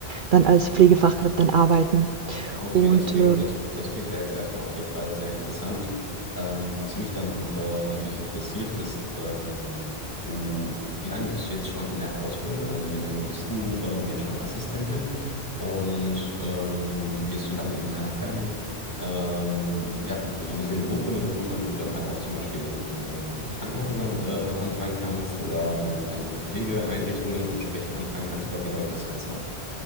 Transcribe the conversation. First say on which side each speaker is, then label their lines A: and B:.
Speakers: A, on the right; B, on the left.
A: dann als Pflegefachkraft dann arbeiten.
B: Okay,
A: Und
B: das klingt,
A: äh,
B: das, das klingt ja jetzt erstmal auf jeden Fall sehr interessant. Ähm, was mich dann äh, natürlich interessiert ist, ähm, du, wie lange bist du jetzt schon in der Ausbildung? Also wie lange bist du ähm, jetzt schon Assistentin? Und ähm, wirst du dann im Nachgang ähm, ja, so gesehen eine Urkunde bekommen, damit du dann halt auch zum Beispiel in ähm, Krankenhäusern äh, anfangen kannst oder ähm, dann in Pflegeeinrichtungen entsprechend anfangen kannst? Oder wie läuft das Ganze ab?